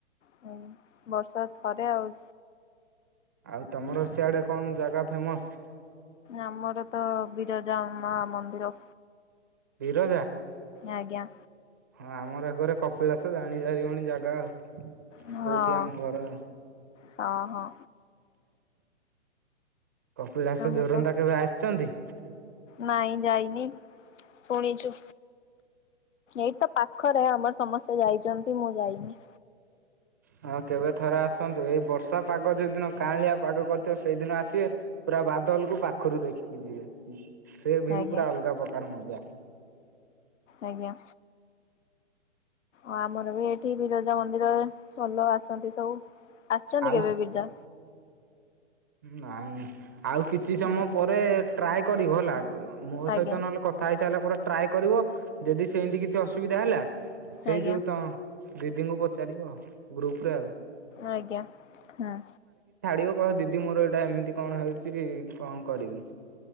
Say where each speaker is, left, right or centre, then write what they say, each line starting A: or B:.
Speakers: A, on the left (about 85°); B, on the right (about 15°).
A: ହଉ ବର୍ଷରେ ଥରେ ଆଉ।
B: ଆଉ ତମର ସିଆଡେ କଣ ଜାଗା ଫେମସ୍?
A: ଆମର ତ ବିରଜା ମା ମନ୍ଦିର।
B: ବିରଜା?
A: ଆଜ୍ଞା।
B: ଆମର ଏ ଘରେ କପିଳାସ ଜାଣି ସାରି ଵଣି ଜାଗା ଆଉ।
A: ହଁ
B: କୋଉଠି ଆମ ଘର।
A: ହଁ ହଁ
B: କପିଳାସ
A: ଆମ
B: ଜୋରନନ୍ଦା
A: ତ
B: କେବେ ଆସିଛନ୍ତି?
A: ନାଇଁ ଯାଇନି ଶୁଣିଛୁ ଏଇଠି ତ ପାଖରେ ଆମର ସମସ୍ତେ ଯାଇଛନ୍ତି ମୁଁ ଯାଇନି
B: ହଁ କେବେ ଥରେ ଆସନ୍ତୁ ଏଇ ବର୍ଷା ପାଗ ଯୋଉ ଦିନ କାଁଳିଆ ପାଗ କରିଥିବ ସେଇଦିନ ଆସିବେ ପୁରା ପାଦଲ କୁ ପାଖରୁ ଦେଖିକି ଯିିବ ସେ ଭିୁ
A: ଆଜ୍ଞା
B: ପୁରା ଅଲଗା ପ୍ରକାର ମଜା
A: ଆଜ୍ଞା ଆ ଆମର ବି ଏଠି ବିରଜା ମନ୍ଦିରରେ ଭଲ ଆସନ୍ତି ସବୁ ଆସିଛନ୍ତି
B: ଆଉ
A: କେବେ ବିରଜା
B: ନାଇଁ ଆଉ କିଛି ସମୟ
A: ହଁ
B: ପରେ ଟ୍ରାଏ କରିବ ହେଲା। ମୋ
A: ଆଜ୍ଞା
B: ସହିତ ନହେଲେ କଥା ହେଇସାରିଲା ପରେ ଟ୍ରାଏ କରିବ ଯଦି ସେମିତି କିଛି ଅସୁବିଧା ହେଲା। ସେଇ
A: ଆଜ୍ଞା
B: ଯେଉ ତ ଦିଦିଙ୍କୁ ପଚାରିବ ଆ ଗ୍ରୁପ ରେ ଆଉ।
A: ଆଜ୍ଞା ହୁଁ।
B: ିବ କହ ଦିଦି ମୋର ଏଇଟା ଏମିତି କଣ ହେଉଛି କଣ କରିବି।